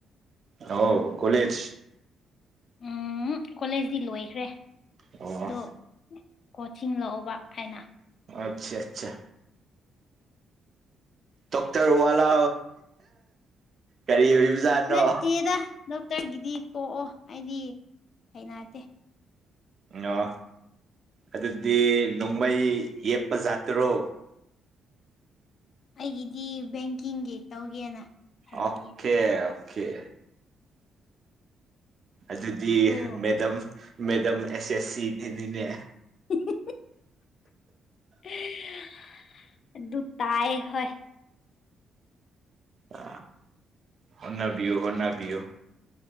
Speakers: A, on the right; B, on the left.
A: ꯑꯥꯎ ꯀꯣꯂꯦꯖ
B: ꯎꯝ ꯀꯣꯂꯦꯖꯇꯤ ꯂꯣꯏꯈ꯭ꯔꯦ ꯑꯗꯣ
A: ꯑꯣ
B: ꯀꯣꯆꯤꯡ ꯂꯎꯧꯕ ꯍꯥꯏꯅ
A: ꯑꯆꯥ ꯑꯆꯥ ꯇꯣꯛ ꯇꯔ ꯋꯥꯂꯥ ꯀꯔꯤ ꯑꯣꯏꯕꯖꯥꯠꯅꯣ
B: ꯅꯠꯇꯦꯗ ꯗꯣꯛꯇꯔꯒꯤꯗꯤ ꯇꯣꯛꯑꯣ ꯑꯩꯗꯤ ꯍꯩꯅꯗꯦ
A: ꯑ ꯑꯗꯨꯗꯤ ꯅꯣꯡꯃꯩ ꯌꯦꯞꯄꯖꯠꯇ꯭ꯔꯣ
B: ꯑꯩꯒꯤꯗꯤ ꯕꯦꯡꯀꯤꯡꯒꯤ ꯇꯧꯒꯦꯅ ꯈꯜꯂꯤꯌꯦ
A: ꯑꯣꯀꯦ ꯑꯣꯀꯦ ꯑꯗꯨꯗꯤ
B: ꯑꯗꯨ
A: ꯃꯦꯗꯝ ꯃꯦꯗꯝ ꯑꯦꯁ ꯑꯦꯁ ꯁꯤꯗꯤꯅꯤꯅꯦ
B: ꯍꯍ ꯍꯥꯍꯥꯍꯥ ꯑꯗꯨ ꯇꯥꯏ ꯍ
A: ꯑ ꯑꯣꯟꯅꯕꯤꯌꯣ ꯍꯅꯕꯤꯌꯣ